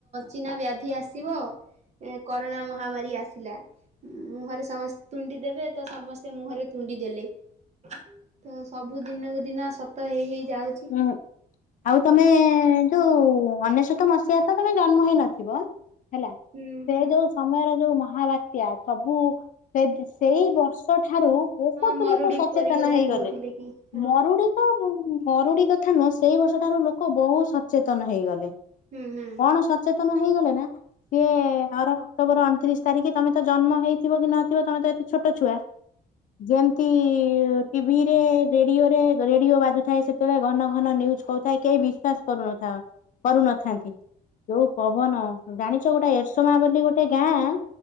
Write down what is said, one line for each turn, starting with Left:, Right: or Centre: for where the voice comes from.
Right: ଚିନା ବ୍ୟାଧି ଆସିବ ଏ କରୋନା ମହାମାରୀ ଆସିଲା ମୁହଁରେ ସମସ୍ତେ ତୁଣ୍ଡି ଦେବେ ତ ସମସ୍ତେ ମୁହଁରେ ତୁଣ୍ଡି ଦେଲେ। ତ ସବୁ ଦିନକୁ ଦିନ ସତ ହେଇ ହେଇ ଯାଉଚି।
Left: ଉଁ ଆଉ ତମେ ଯୋଉ ଅନେଶତ ମସିହାରେ ତ ତମେ ଜନ୍ମ ହେଇନଥିବ ହେଲା ସେ
Right: ହୁଁ ହୁଁ
Left: ଯୋଉ ସମୟରେ ଯୋଉ ମହାବାତ୍ୟା ସବୁ ସେ ଦି ସେଇ ବର୍ଷ ଠାରୁ ବହୁତ
Right: ହଁ ମରୁଡି
Left: ଲୋକ ସଚେତନ
Right: ପରିଗଲା
Left: ତନ ହେଇଗଲେ
Right: କହୁଥିଲେ କି ହଁ
Left: ମରୁଡି ତ ମରୁଡି କଥା ନୁହଁ ସେଇ ବର୍ଷ ଠାରୁ ଲୋକ ବହୁତ ସଚେତନ ହେଇଗଲେ।
Right: ହୁଁ ହୁଁ।
Left: କଣ ସଚେତନ ହେଇଗଲେ ନା ସିଏ ଆର ଅକ୍ଟୋବର ଅଣତିରିଶ ତାରିଖି ତମେ ତ ଜନ୍ମ ହେଇଥିବ କି ନଥିବ ତମେ ତ ଏ କିଛି ଛୋଟ ଛୁଆ ଯେମିତି ଟିଭି ରେ ରେଡିଓ ରେ ରେଡିଓ ବାଜୁଥାଏ ସେତେବେଳେ ଘନ ଘନ ନ୍ୟୁଜ କହୁଥାଏ କେହି ବିଶ୍ଵାସ କରୁନଥାଆ ହଁ। କରୁନଥାନ୍ତି ଯୋଉ ପବନ ଜାଣିଛ ଗୋଟେ ଏରସୋମା ବୋଲି ଗୋଟେ ଗାଁ